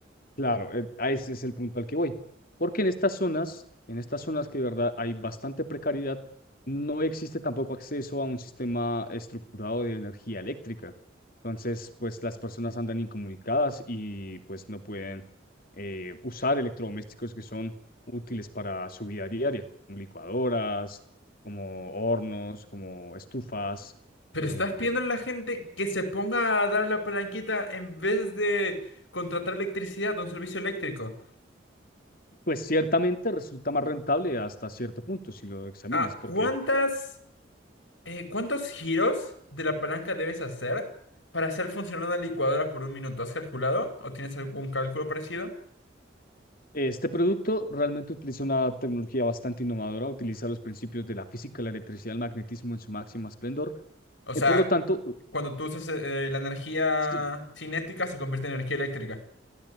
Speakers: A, on the left; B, on the left.
A: Claro, eh, a ese es el punto al que voy. Porque en estas zonas, en estas zonas que de verdad hay bastante precariedad, no existe tampoco acceso a un sistema estructurado de energía eléctrica. Entonces, pues las personas andan incomunicadas y pues no pueden eh, usar electrodomésticos que son útiles para su vida diaria, como licuadoras, como hornos, como estufas.
B: Pero
A: em,
B: estás pidiendo a la gente que se ponga a dar la palanquita en vez de contratar electricidad, un servicio eléctrico.
A: pues ciertamente resulta más rentable hasta cierto punto si lo examinas,
B: Ah,
A: porque
B: ¿cuántas, eh, cuántos giros de la palanca debes hacer para hacer funcionar una licuadora por un minuto? ¿Has calculado? ¿O tienes algún cálculo parecido?
A: Este producto realmente utiliza una tecnología bastante innovadora, utiliza los principios de la física, la electricidad, el magnetismo en su máximo esplendor.
B: O
A: Eh,
B: sea,
A: por lo tanto, u-
B: Cuando tú usas eh, eh, la energía
A: sí,
B: cinética se convierte en energía eléctrica.